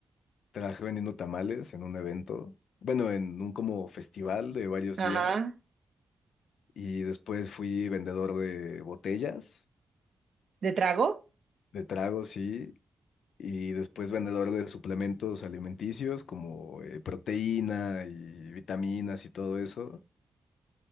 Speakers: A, on the left (about 85°); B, on the right (about 70°).
A: Trabajé vendiendo tamales en un evento, bueno, en un como festival de varios días
B: Ajá.
A: y después fui vendedor de botellas,
B: ¿De trago?
A: de tragos, sí, y después vendedor de suplementos alimenticios como eh, proteína y vitaminas y todo eso.